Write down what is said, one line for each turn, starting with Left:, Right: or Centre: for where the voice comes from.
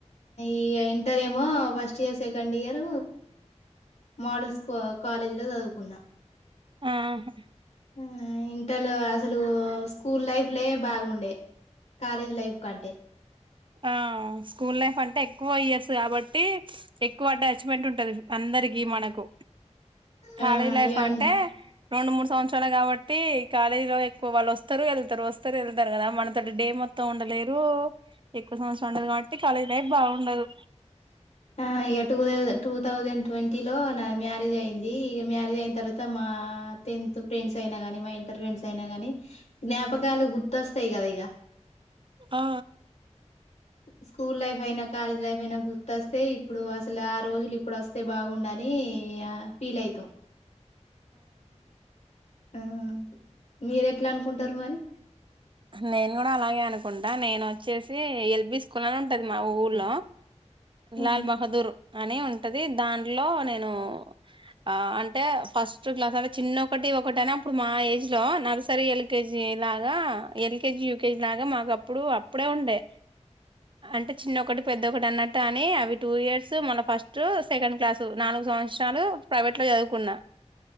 Left: ఈ ఇంటర్ ఏమో first year, second year models college లో చదువుకున్న.
Right: ఆహా
Left: ఆ ఇంటర్లో అసలు స్కూల్ లైఫ్ లే బాగుండే కాలేజ్ లైఫ్ కంటే
Right: ఆ స్కూల్ లైఫ్ అంటే ఎక్కువ ఇయర్స్ కాబట్టి ఎక్కువ అటాచ్మెంట్ ఉంటది. అందరికి మనకు. కాలేజ్
Left: ఆ
Right: లైఫ్
Left: ఇగ అన్
Right: అంటే రెండు మూడు సంవత్సరాలే కాబట్టీ కాలేజీ లో ఎక్కువ వాళ్ళు వస్తరు వెళ్తరు, వస్తరు వెళ్తరు కదా మనతోటి డే మొత్తం ఉండలేరు. ఎక్కువ సంవత్సరం ఉండదు. కాబట్టి కాలేజ్ లైఫ్ బాగుండదు.
Left: ఆ ఇగ two thousand two thousand twenty లో నాది మ్యారేజ్ అయింది. ఇక మ్యారేజ్ అయిన తర్వాత మా టెన్త్ ఫ్రెండ్స్ అయిన గని మా ఇంటర్ ఫ్రెండ్స్ అయిన గని జ్ఞాపకాలు గుర్తొస్తయి కద ఇగ.
Right: ఆ
Left: స్కూల్ లైఫ్ అయినా, కాలేజ్ లైఫ్ అయినా గుర్త త్తే ఇప్పుడు అసలు ఆ రోజులు ఇప్పుడు అస్తే బాగుండని ఆ ఫీల్ అయితం ఆ మీరెట్లనుకుంటరు మరి
Right: నేను కూడా అలాగే అనుకుంటా, నేను ఒచ్చేసి ఎల్బి స్కూల్ అని ఉంటది మా ఊర్లో
Left: ఆ
Right: లల్ బహదూర్ అని ఉంటది దాంట్లో నేను ఆ అంటే ఫస్ట్ క్లాసు అంటే చిన్న ఒకటి ఒకటి అనే అప్పుడు మా ఏజ్ లో నర్సరీ ఎల్ కేజీలాగా ఎల్కేజీ యూకేజీ లాగ మాకు అప్పుడూ అప్పుడే ఉండే అంటె చిన్నొకటి పెద్దొకటి అన్నట్ టాని అవి టూ ఇయర్స్ మన ఫస్ట్ సెకండ్ క్లాసు నాలుగు సంవత్సరాలు ప్రవేట్లో చదువుకున్న